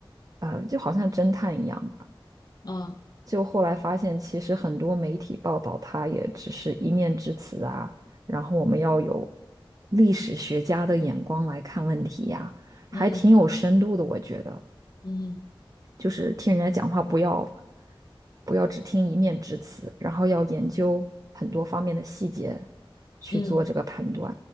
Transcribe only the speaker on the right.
呃，就好像侦探一样吧。
就后来发现，其实很多媒体报道它也只是一面之词啊，然后我们要有历史学家的眼光来看问题呀，还挺有深度的，
我觉得。
就是听人家讲话不要不要只听一面之词，然后要研究很多方面的细节去做这个判断，